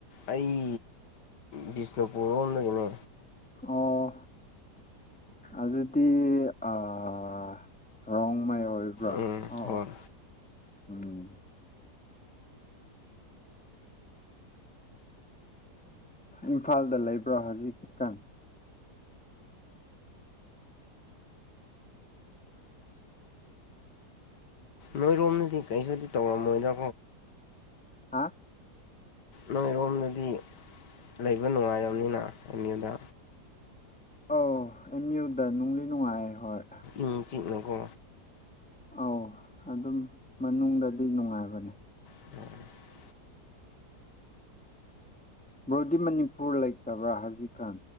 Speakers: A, on the left (about 85°); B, in the centre.
A: ꯑꯩ ꯕꯤꯁꯅꯨꯄꯨꯔ ꯔꯣꯝꯗꯒꯤꯅꯦ
B: ꯑꯣ ꯑꯗꯨꯗꯤ ꯑꯥ ꯔꯣꯡꯃꯩ ꯑꯣꯏꯕ꯭ꯔꯥ
A: ꯎꯝ
B: ꯑꯣ
A: ꯍꯣꯏ
B: ꯑꯣ ꯎꯝ ꯏꯝꯐꯥꯜꯗ ꯂꯩꯕ꯭ꯔꯥ ꯍꯧꯖꯤꯛꯀꯥꯟ
A: ꯅꯣꯏꯔꯣꯝꯅꯗꯤ ꯀꯩꯁꯨꯗꯤ ꯇꯧꯔꯝꯃꯣꯏꯗ
B: ꯍꯥ
A: ꯅꯣꯏꯔꯣꯝꯗꯗꯤ ꯂꯩꯕ ꯅꯨꯡꯉꯥꯏꯔꯝꯅꯤꯅ ꯑꯦꯝ ꯌꯨꯗ
B: ꯑꯧ ꯑꯦꯝ ꯌꯨꯗ ꯅꯨꯡꯗꯤ ꯅꯨꯡꯉꯥꯏ ꯍꯣꯏ
A: ꯏꯪ ꯆꯤꯛꯅꯀꯣ
B: ꯑꯧ ꯑꯗꯨꯝ ꯃꯅꯨꯡꯗꯗꯤ ꯅꯨꯡꯉꯥꯏꯕꯅꯦ
A: <unintelligible>
B: ꯕ꯭ꯔꯣꯗꯤ ꯃꯅꯤꯄꯨꯔ ꯂꯩꯇꯕ꯭ꯔꯥ ꯍꯧꯖꯤꯛ ꯀꯥꯟ